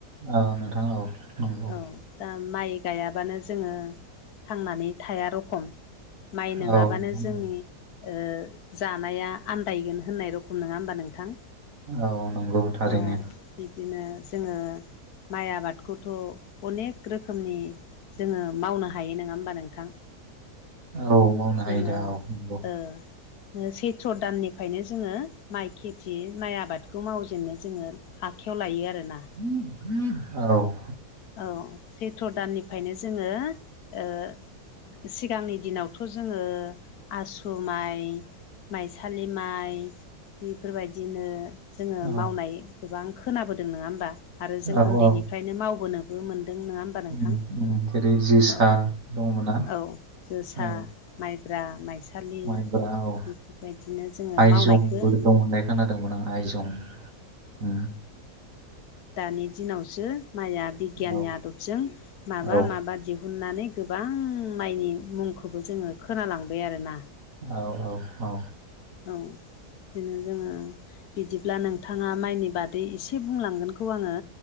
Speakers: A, on the right; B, on the left.
A: औ नोंथां औ नंगौ।
B: औ दा माइ गाइयाबानो जोङो थांनानै थाया रखम। माइ नङाबानो
A: औ नोंथां
B: जोंनि
A: औ
B: ओ जानाया आन्दायगोन होननाय रखम नङा होमबा नोंथां?
A: औ नंगौ थारैनो।
B: औ बिदिनो जोङो माइ आबादखौथ' अनेक रोखोमनि जोङो मावनो हायो नङा होमबा नोंथां?
A: औ मावनो
B: जोङो
A: हायो दा औ नंगौ
B: ओ सैथ्र' दाननिफ्रायनो जोङो माइ खेथि माइ आबादखौ मावजेननो जोङो आखायाव लायो आरोना।
A: औ।
B: औ सैथ्र' दाननिफ्रायनो जोङो ओ सिगांनि दिनावथ' जोङो आसु माइ माइसालि माइ। बेफोरबायदिनो जोङो
A: औ
B: मावनाय गोबां खोनाबोदों नङा होमबा। आरो जों
A: औ
B: उन्दैनिफ्रायनो
A: औ
B: मावबोनोबो मोनदों नङा होनबा नोंथां
A: उम उम जेरै जोसा
B: औ
A: दंमोना
B: औ जोसा
A: औ
B: माइब्रा, माइसालि
A: माइब्रा औ
B: बेफोरबायदिनो जोङो
A: आइजंबो
B: मावनायखो
A: दं होननाय खोनादोंमोन आं आइजं उम।
B: दानि दिनावसो माइआ बिगियाननि
A: औ
B: आदबजों माबा
A: औ
B: माबा दिहुन हुननानै गोबां मायनि मुंखौबो जोङो खोनालांबाय आरो ना।
A: औ औ औ।
B: औ बिदिनो जोङो बिदिब्ला नोंथाङा माइनि बादै एसे बुंलांगोनखौ आङो